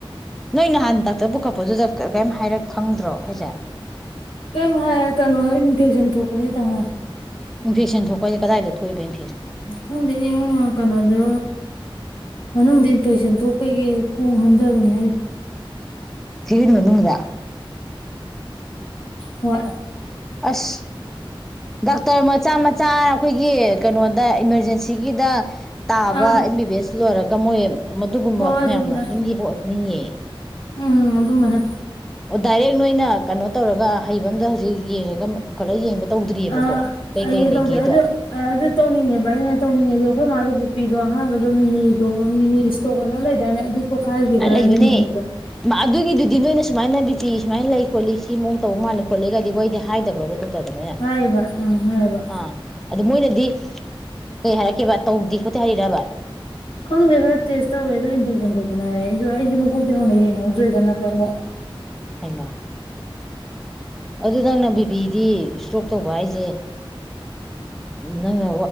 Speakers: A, in the centre; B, on the left.
A: ꯅꯣꯏ ꯅꯍꯥꯟ ꯗꯥꯛꯇꯔ ꯄꯨꯈꯠꯄꯗꯨꯗ ꯀꯔꯤꯝ ꯍꯥꯏꯔ ꯈꯪꯗ꯭ꯔꯣ ꯍꯥꯏꯁꯦ
B: ꯀꯩꯝ ꯍꯥꯏ ꯀꯩꯅꯣ ꯏꯟꯐꯦꯛꯁꯟ ꯊꯣꯛꯄꯅꯦꯇ ꯍꯥꯏ
A: ꯏꯟꯐꯦꯛꯁꯟ ꯊꯣꯛꯄ ꯍꯥꯏꯁꯦ ꯀꯗꯥꯏꯗ ꯊꯣꯛꯏꯕ ꯏ
B: ꯍꯗꯤ ꯀꯩꯅꯣ ꯑꯗꯨ ꯃꯅꯨꯡꯗ ꯏꯟꯐꯦꯛꯁꯟ ꯊꯣꯛꯄꯒꯤ ꯈꯣꯡ ꯍꯥꯝꯊꯕꯅꯤ ꯍꯥꯏꯔꯤ
A: ꯊꯔꯤꯅ ꯃꯅꯗ
B: ꯍꯣꯏ
A: ꯑꯁ ꯗꯥꯛꯇꯔ ꯃꯆꯥ ꯃꯆꯥ ꯑꯩꯈꯣꯏꯒꯤ ꯀꯩꯅꯣꯗ ꯏꯃꯥꯔꯖꯦꯟꯁꯤꯒꯤꯗ ꯇꯥꯕ
B: ꯑꯥ
A: ꯑꯦꯝ ꯕꯤ ꯕꯤ ꯑꯦꯁ ꯂꯣꯏꯔꯒ ꯃꯣꯏ ꯃꯗꯨꯒꯨꯝꯕ
B: ꯍꯣꯏ ꯑꯗꯨꯝꯕꯅ
A: ꯃꯌꯥꯝꯅ ꯑꯗꯨꯝ ꯌꯦꯕ ꯑꯣꯏꯅꯤꯉꯑ <inaudible>
B: ꯎꯝ ꯑꯗꯨꯝꯕꯅꯦ
A: ꯑꯣ ꯗꯥꯏꯔꯦꯛ ꯅꯣꯏꯅ ꯀꯩꯅꯣ ꯇꯧꯔꯒ ꯍꯩꯕ ꯑꯃꯗ ꯍꯧꯖꯤꯛ ꯌꯦꯡꯉꯒ ꯄꯨꯈꯠꯂꯒ ꯌꯦꯡꯕ ꯇꯧꯗ꯭ꯔꯤꯑꯕꯀꯣ
B: ꯑ
A: ꯀꯩꯀꯩ
B: ꯑꯩ
A: ꯂꯩꯒꯦꯗꯣ
B: ꯇꯧꯗꯦ ꯑꯗꯨ ꯑꯗꯨ ꯇꯧꯅꯤꯡꯉꯦꯕ ꯑꯩꯅ ꯇꯧꯅꯤꯡꯉꯦꯗꯤ ꯑꯩꯈꯣꯏ ꯃꯥꯗꯨꯕꯨ ꯅꯨꯄꯤꯗꯣ ꯑꯍꯥꯟꯕꯗꯣ ꯃꯤꯅꯤꯗꯣ ꯃꯤꯅꯤ ꯏꯁꯇꯣꯛ ꯑꯅ ꯂꯩꯗꯥꯏꯅꯦ ꯑꯗꯨ ꯄꯣꯛꯈꯥꯏꯈꯤꯕ꯭ꯔꯥ
A: ꯂꯩꯕꯅꯦ
B: ꯌꯦꯡꯅꯤꯡꯕꯗꯣ
A: ꯑꯗꯨꯒꯤꯗꯨꯗꯤ ꯅꯣꯏꯅ ꯁꯨꯃꯥꯏꯅ ꯕꯤꯄꯤꯤ ꯁꯨꯃꯥꯏꯅ ꯂꯩ ꯈꯣꯠꯂꯤ ꯁꯤ ꯃꯑꯣꯡ ꯇꯧꯕ ꯃꯥꯜꯂꯦ ꯈꯣꯠꯂꯤꯒꯗꯤ ꯋꯥꯣꯏꯗꯤ ꯍꯥꯏꯗ꯭ꯔꯕ ꯗꯣꯛ ꯃꯣꯏꯅ
B: ꯍꯥꯏꯌꯦꯕ ꯑꯪ ꯍꯥꯏꯌꯦꯕ
A: ꯑꯥ ꯑꯗꯨ ꯃꯣꯏꯅꯗꯤ ꯀꯩ ꯍꯥꯏꯔꯛꯀꯦꯕ ꯇꯧꯗꯦ ꯀꯣꯊ ꯍꯥꯏ ꯔꯕ
B: ꯈꯪꯗꯦ ꯈꯔ ꯇꯦꯁ ꯇꯧꯋꯦ ꯑꯣ ꯏꯟꯐꯦꯛꯁꯟ ꯊꯣꯛꯄꯅꯦ ꯍꯥꯏꯔꯦ ꯑꯩꯁꯨ ꯑꯩꯁꯨ ꯃꯀꯨꯜꯗꯤ ꯍꯧꯅ ꯌꯦꯡꯉꯦ ꯑꯗꯨꯗ꯭ꯔꯣꯏꯗꯅ ꯀꯪꯣ
A: ꯑꯩꯅ ꯑꯗꯨ ꯅꯪꯅꯕꯤ ꯕꯤꯗꯤ ꯏꯁꯇꯣꯛ ꯇꯧꯕ ꯍꯥꯏꯁꯦ ꯅꯪꯅ